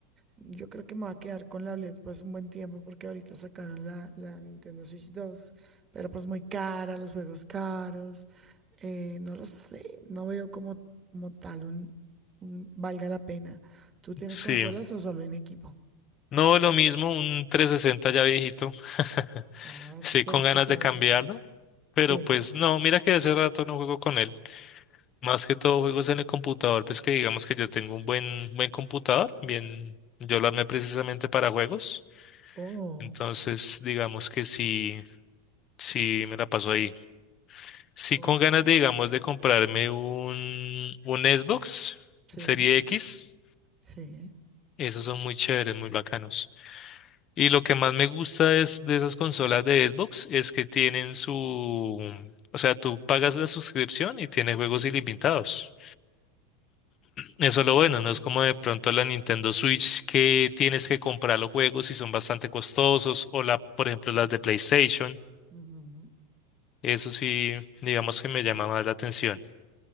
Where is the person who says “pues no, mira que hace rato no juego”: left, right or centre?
Left